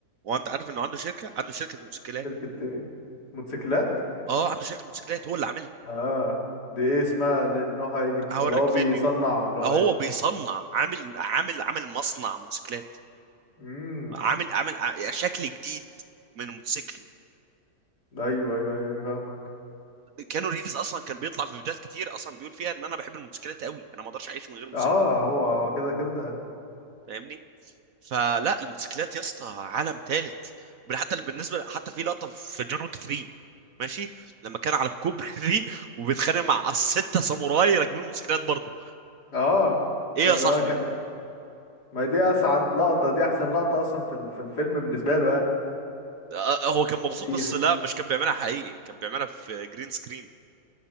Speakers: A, on the right; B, on the left.
A: هو انت عارف انه عنده شركه عنده شركه موتوسيكلات
B: شركه ايه موتوسيكلات
A: اه عنده شركه موتوسيكلات هو اللي عاملها
B: اه دي ايه اسمها ل- نوعها ايه دي
A: هوريك
B: ولا هو بيصنع
A: فيديو
B: ولا هو
A: هو
B: ايه
A: بيصنع عامل عامل عامل مصنع موتوسيكلات
B: مم.
A: عامل عامل ع- شكل جديد من الموتوسيكل
B: ايوه ايوه ايوه أيوة، فاهمك
A: كانوا ريفز اصلا كان بيطلع في فيديوهات كتير اصلا بيقول فيها ان انا بحب الموتوسيكلات قوي انا ما اقدرش اعيش من غير موتوسيكل
B: اه هو هو كده كده
A: فاهمني فلا الموتوسيكلات يا اسطى عالم ثالث حتى بالنسبه حتى في لقطه في جون ويك 3 ماشي لما كان على الكوبري <laughs> وبيتخانق مع الستة ساموراي راكبين موتوسيكلات برضه
B: اه
A: ايه
B: ده
A: يا صاحبي
B: ده كان ما هي دي اسعد لقطة دي احسن لقطة اصلا في ال- في الفيلم بالنسبة له يعني
A: آه، آه، هو كان مبسوط
B: هو بيح
A: بس لا مش كان بيعملها حقيقي كان بيعملها في جرين سكرين